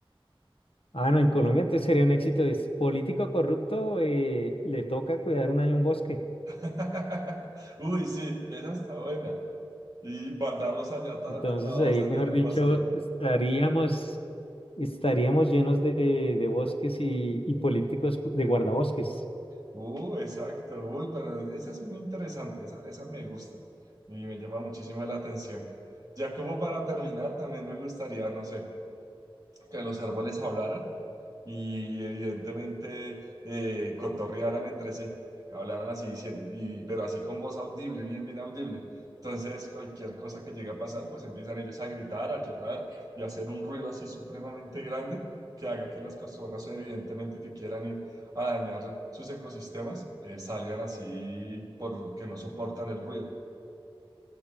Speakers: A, on the left; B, on the right.
A: Ah, no, en Colombia entonces sería un éxito. Es político corrupto, eh, le toca cuidar un año un bosque.
B: <laughs> Uy, sí, esa está buena. Y mandarlos allá a, tra-
A: Entonces
B: a trabajos
A: ahí,
B: allá
A: mejor
B: en el
A: dicho,
B: bosque.
A: estaríamos, estaríamos llenos de, de bosques y, y políticos cu- de guardabosques.
B: Uh, exacto. Uy, pero esa es muy interesante, esa, esa me gusta y me llama muchísimo la atención. Ya como para terminar, también me gustaría, no sé, que los árboles hablaran y evidentemente eh, cotorrearan entre sí, hablaran así, sí, y- pero así con voz audible, bien, bien audible. Entonces, cualquier cosa que llegue a pasar, pues empiezan ellos a gritar, a llorar y a hacer un ruido así supremamente grande que haga que las personas, evidentemente, que quieran ir a dañar sus ecosistemas, eh, salgan así porque no soportan el ruido.